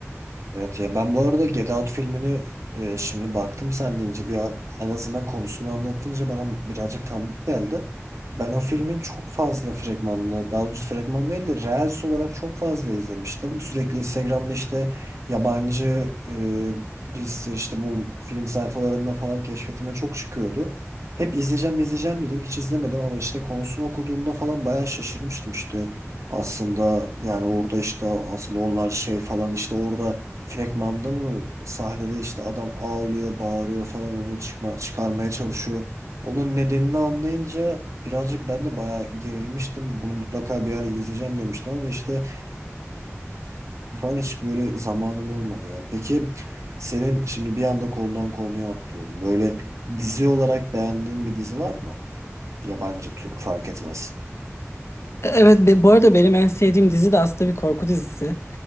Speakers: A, on the right; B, on the left.
A: Evet ya ben bu arada Get Out filmini e, şimdi baktım sen deyince bir a- en azından konusunu anlatınca bana birazcık tanıdık geldi. Ben o filmin çok fazla fragmanını, daha doğrusu fragman değil de Reels olarak çok fazla izlemiştim. Sürekli Instagram'da işte yabancı e, liste işte bu film sayfalarında falan keşfetime çok çıkıyordu. Hep izleyeceğim izleyeceğim dedim hiç izlemedim ama işte konusunu okuduğumda falan bayağı şaşırmıştım işte. Aslında yani orada işte aslında onlar şey falan işte orada Fragmanda mı sahnede işte adam ağlıyor, bağırıyor falan onu çıkma, çıkarmaya çalışıyor. Onun nedenini anlayınca birazcık ben de bayağı gerilmiştim. Bunu mutlaka bir ara izleyeceğim demiştim ama işte falan hiç böyle zamanım olmadı ya. Peki senin şimdi bir anda konudan konuya atlıyorum. Böyle dizi olarak beğendiğin bir dizi var mı? Yabancı, Türk fark etmez.
B: E, Evet be- bu arada benim en sevdiğim dizi de aslında bir korku dizisi.